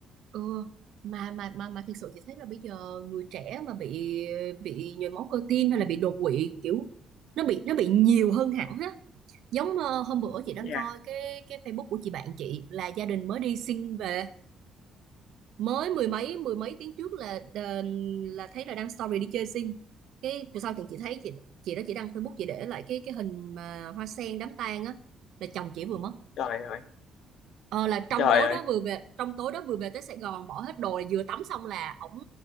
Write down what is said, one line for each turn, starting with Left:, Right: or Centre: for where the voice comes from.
Right: ừ mà mà mà mà thiệt sự chị thấy là bây giờ người trẻ mà bị bị nhồi máu cơ tim hay là bị đột quỵ kiểu nó bị nó bị nhiều hơn hẳn á giống ờ, hôm bữa chị đang
Left: Dạ.
Right: coi cái cái Facebook của chị bạn chị là gia đình mới đi sinh về mới mười mấy mười mấy tiếng trước là là thấy là đăng story đi chơi xinh cái về sau thì chị thấy chị chị đó chị đăng Facebook chị để lại cái cái hình mà hoa sen đám tang á là chồng chị vừa mất
Left: trời ơi
Right: ờ là trong
Left: trời
Right: tối
Left: ơi
Right: đó vừa về trong tối đó vừa về tới Sài Gòn bỏ hết đồ là vừa tắm xong là ổng